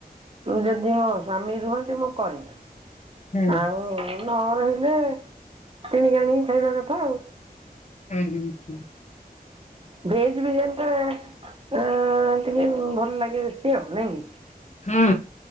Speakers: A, on the right; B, on the left.
A: ଯଦି ମୋ ସ୍ଵାମୀ ରୁହନ୍ତି ମୁଁ କରେ।
B: ହୁଁ
A: ଆଉ ନ ରହିଲେ କିଣିକି ଆଣିକି ଖାଇବା କଥା ଆଉ।
B: ହୁଁ ହୁଁ ହୁଁ।
A: ଭେଜ ବିରିୟାନୀ ଟା ଆ ଟିକେ ଭଲ ଲାଗେ ସିଏ ଆଉ ନାଇଁ କି?
B: ହୁଁ